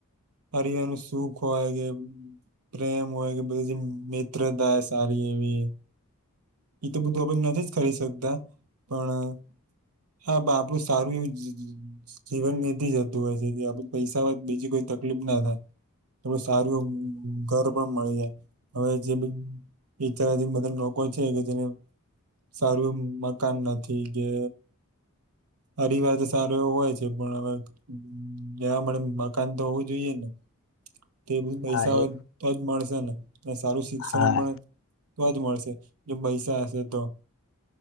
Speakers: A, on the right; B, on the left.
A: પરિવાનું સુખ હોય કે પ્રેમ હોય કે બધી મિત્રતા સારી એવી એ તો બધું આપ નથી જ કરી શકતા પણ હા આપડું સારું એવું જીવન મેથી જતું હોય છે આપડે પૈસા વા બીજી કોઈ તકલીફ ના થાય. થો ડું સારું ઘર પણ મળી જાય હવે જે બ એતાર જે બધા લોકો છે કે જેને સારું મકાન નથી કે પરીવાર તો સારો એવો હોય છે પણ હવે રેવા મળે મકાન તો હોવું જ જોઈએ ને તે બધું પૈસા
B: હા એ
A: તોજ મળશે ને અને સારું શિક્ષણ
B: હા
A: પણ તો જ મળશે જે પૈસા હશે તો